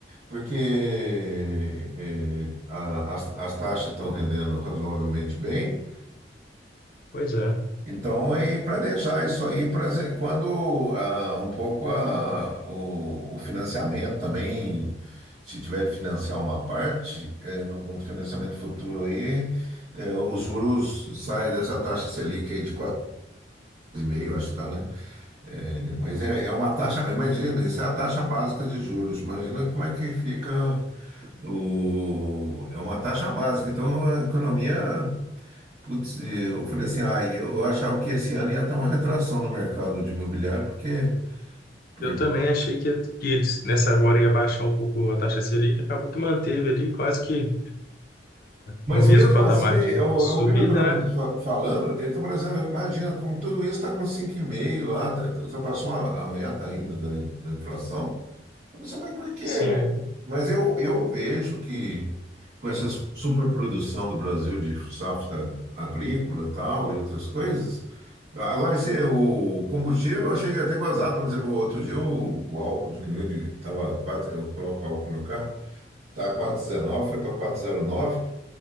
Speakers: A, on the right; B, on the left.
A: porque é, a- as, as taxas estão rendendo razoavelmente bem.
B: Pois é.
A: Então, e planejar isso aí, pra ze- quando ah, um pouco a- o, o financiamento também, se tiver de financiar uma parte, é, um financiamento futuro aí, é, os juros saem dessa taxa Selic aí de 14%, 14,5, acho que tá, né? É, Mas é, é uma taxa, imagina, isso é a taxa básica de juros, imagina como é que fica o, é uma taxa básica, então a economia. Putz, eu falei assim, ah, eu eu achava que esse ano ia ter uma retração no mercado de imobiliário, porque, por-
B: Eu também achei que, que eles, nessa agora, ia baixar um pouco a taxa Selic, acabou que manteve ali quase que
A: Mas
B: no mesmo
A: mesmo
B: patamar
A: assim, eu,
B: de subida,
A: eu vi o economista
B: né?
A: fa- falando, ele está falando assim, imagina, com tudo isso está com 5,5 lá, tá- ultrapassou a, a meta ainda da, da inflação, Você vai porque.
B: Sim.
A: Mas eu, eu vejo que com essa superprodução do Brasil de safra agrícola tal e outras coisas. Agora, esse, o combustível eu achei até gozado. Por exemplo, outro dia o, o álcool diminuiu de. Tava 4 eu coloco álcool no meu carro, tá 4,19, foi para quatro vírgula zero nove